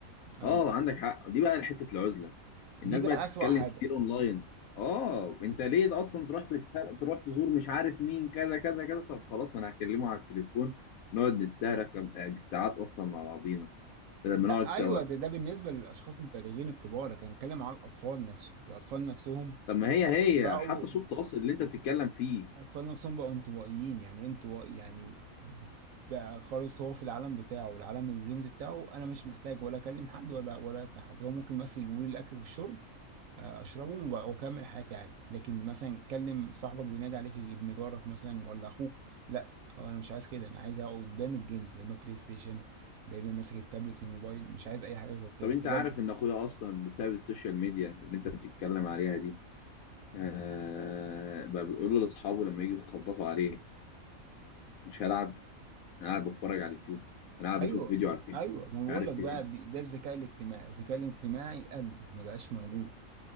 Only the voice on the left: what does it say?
اه عندك حق دي بقى حته العزله
الناس
بقت
تتكلم
كتير اونلاين اه انت ليه اصلا تروح تتس- تروح تزور مش عارف مين كذا كذا كذا طب خلاص ما انا هكلمه على التليفون نقعد نتسارخ بالساعات اصلا مع بعضينا بدل
ما نقعد سوا
طب ما هي هي
حتى صوت التواصل اللي انت بتتكلم فيه
طب انت
عارف ان اخويا اصلا بسبب السوشيال ميديا اللي انت بتتكلم عليها دي آه بقى بيقول له لاصحابه لما يجوا يخبطوا عليه مش هلعب انا قاعد بتفرج على اليوتيوب انا قاعد
بشوف فيديو على الفيس
مش
عارف
ايه